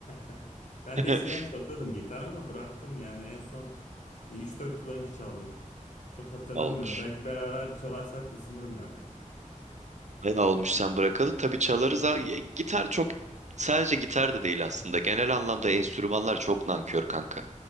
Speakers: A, on the left; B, on the right.
A: <laughs> Ben
B: <laughs>
A: de eskiden çalıyordum gitar ama bıraktım yani. En son e, 3-4 yıl önce çaldım. Çok hatırlamıyorum.
B: Olmuş.
A: Belki beraber çalarsak ısınırım ben de.
B: Bayağı olmuş sen bırakalı. Tabii çalarız. ha. Ya, Gitar çok sadece gitar da değil aslında. Genel anlamda enstrümanlar çok nankör kanka.